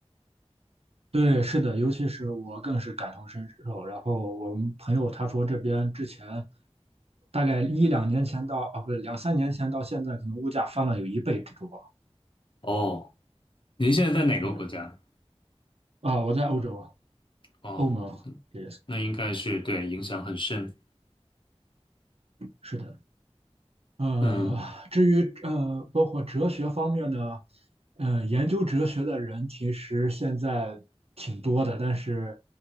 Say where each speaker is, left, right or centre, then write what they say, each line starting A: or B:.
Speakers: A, on the right (about 65°); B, on the left (about 50°).
A: 对，是的，尤其是我更是感同身受。然后我们朋友他说这边之前。大概一两年前到啊，不对，两三年前到现在，可能物价翻了有一倍之多。
B: 哦，您现在在哪个国家？
A: 的。啊，我在欧洲啊
B: 哦，
A: 欧盟 y
B: 那应该是对影响很深。
A: 是的。呃，
B: 嗯
A: 至于呃，包括哲学方面呢，呃，研究哲学的人其实现在挺多的，但是